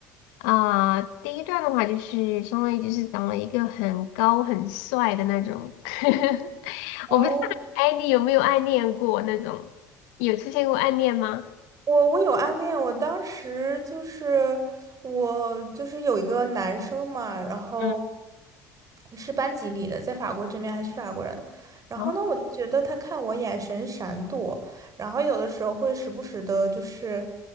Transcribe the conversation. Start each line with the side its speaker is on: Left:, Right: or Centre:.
Left: 啊，第一段的话就是相当于就是长了一个很高很帅的那种，<laughs>
Right: 哦，
Left: 我不知道，哎，你有没有暗恋过那种？有出现过暗恋吗？
Right: 我我有暗恋，我当时就是我就是有一个男生嘛，然后
Left: 嗯，
Right: 是班级里的，在法国这边还是法国人，然后呢，
Left: 然后
Right: 我就觉得他看我眼神闪躲，然后有的时候会时不时的，就是